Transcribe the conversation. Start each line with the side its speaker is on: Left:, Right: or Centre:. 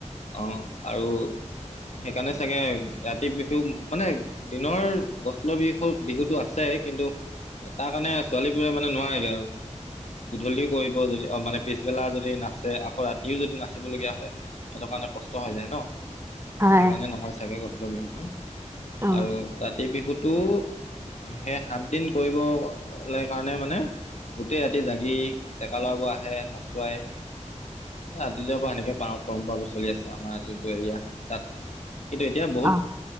Left: অহ, আৰু সেইকাৰণে চাগে ৰাতি বিহু মানে দিনৰ গছল বিহু-বিহুতো আছে কিন্তু তাৰ কাৰণে ছোৱালীবোৰে মানে নোৱাৰেগে আৰু। গধূলিও কৰিব যদি অহ, মানে পিছবেলা যদি নাচে আকৌ ৰাতিও যদি নাচিবলগীয়া হয়। সেইটোৰ কাৰণে কষ্ট হৈ যায় ন'।
Right: হয়
Left: ত' সেইকাৰণে নহয় চাগে গছলৰ বিহুখন
Right: অঁ
Left: আৰু ৰাতি বিহুতটো সেই সাত দিন কৰিবলৈ কাৰণে মানে গোটেই ৰাতি জাগি ডেকা ল'ৰাবোৰ আহে নচোৱাই। ৰাতি যাৰ পৰা সেনেকে পৰম্পৰাবোৰ চলি আছে আমাৰ যোনটো এৰিয়া তাত। কিন্তু এতিয়া বহুত
Right: অঁ